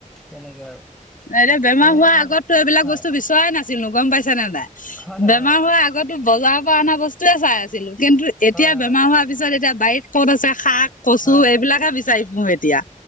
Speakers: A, in the centre; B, on the left.
A: তেনেকৈ আৰু।
B: এ বেমাৰ
A: এইবিলাক
B: হোৱাৰ আগতো
A: মানে
B: এইবিলাক
A: হয়,
B: বস্তু বিচৰাই নাছিলো গম পাইছো ছে নে নাই
A: হয়, হয়,
B: বেমাৰ হোৱাৰ আগতো বজাৰৰ পৰা অনা বস্তুয়ে চাই আছিলো। কিন্তু এতিয়া
A: হয়, হয়,
B: বেমাৰ হোৱাৰ পিছত এতিয়া বাৰীত ক'ত আছে শাক কচু
A: হয়, হয়।
B: এইবিলাকে বিচাৰি পু এতিয়া।